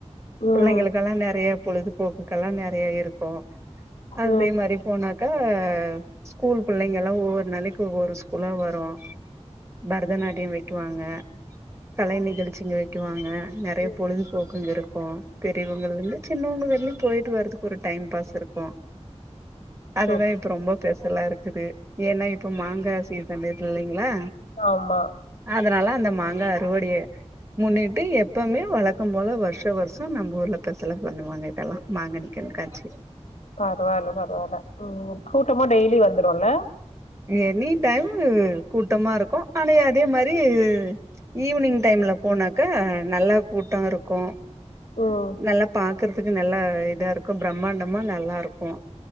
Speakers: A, on the left (about 85°); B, on the right (about 25°).
A: ம்.
B: பிள்ளைங்களுக்கெல்லா நெறைய பொழுதுபோக்குக்கெல்லா நெறைய இருக்கு அதே
A: ம்.
B: மாரி போன க்கு ஸ்கூல் பிள்ளைங்க எல்லா ஒவ்வொரு நாளைக்கு ஒவ்வொரு ஸ்கூலா வரு பரதநாட்டியோ வெக்குவாங்க கலை நிகழ் ச்சிங்க வெக்குவாங்க நெறைய
A: ம்.
B: பொழுதுபோக்குங்க இருக் க்கு பெரியவங்கலந்து சின்னவங்க வரைலு போயிட்டு வர்றதுக்கு ஒரு டைம் பாஸ் இருக்கு அதுதா
A: சூப்
B: இப்ப ரொம்ப ஸ்பெஷலா இருக்குது ஏன்னா இப்போ மாங்கா சீசன் இல்லைங்களா
A: ஆமா
B: அதனால அந்த மாங்கா அறுவடைய முன்னாடி எப்பவுமே வழக்கம் போல வருஷோ வருஷோ நம்ம ஊர்ல ஸ்பெஷல்லா பண்ணுவாங்க இதெல்லா மாங்கனிக் கண்காட்சி
A: பரவால்ல பரவால்ல ம் கூட்டமா டெய்லி வந்துருல
B: எனி டைம் கூட்டம இருக்கு ஆனே அதே மாரி இது ஈவினிங் டைம்ல போனாக்கா நல்லா கூட்டோ இருக்கு
A: ம்.
B: நல்லா பாக்குற் துக்கு நல்லா இதா இருக்கு பிரம்மாண்டமா நல்லா இருக்கு